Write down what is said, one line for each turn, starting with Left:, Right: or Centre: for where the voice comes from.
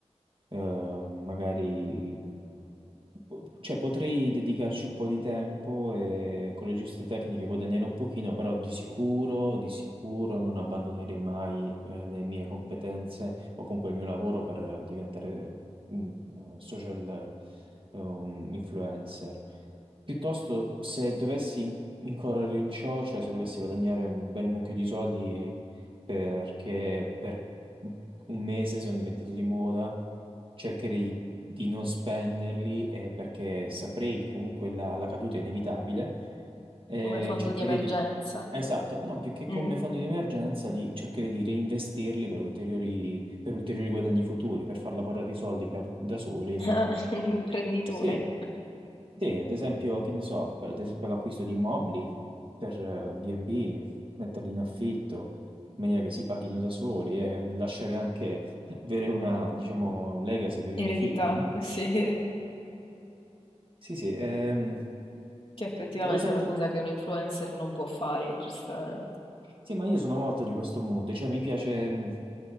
Right: Eh, magari po- cioè, potrei dedicarci un po' di tempo e con le giuste tecniche guadagnare un pochino, però di sicuro, di sicuro non abbandonerei mai eh, le mie competenze o comunque il mio lavoro per eh, diventare mm, eh, social eh, un influencer. Piuttosto, se dovessi in- incorrere in ciò, cioè se dovessi guadagnare un bel mucchio di soldi perché per un mese sono diventato di moda cercherei di non spenderli eh, perché saprei che comunque la, la caduta è inevitabile. Eh,
Left: come fondo
Right: cercherei
Left: di emergenza.
Right: di... Esatto, no, più che come
Left: Mm,
Right: fondo di emergenza, li cercherei di reinvestirli per ulteriori, per ulteriori guadagni futuri, per far lavorare i soldi per- da soli. e Non...
Left: <laughs> Un imprenditore,
Right: Sì, sì, ad esempio, che ne so, per ad esempio l'acquisto di immobili per eh, B&B, metterli in affitto, maniera che si paghino da soli e lasciare anche <laughs> avere una, diciamo, legacy per i
Left: eredità,
Right: miei figli, no?
Left: sì.
Right: Eh, Sì, sì, ehm,
Left: Che effettivamente
Right: da questo punto
Left: è una cosa
Right: di vista,
Left: che un influencer non può fare, giustamente.
Right: sì, ma io sono molto di questo mood, cioè mi piace, mh,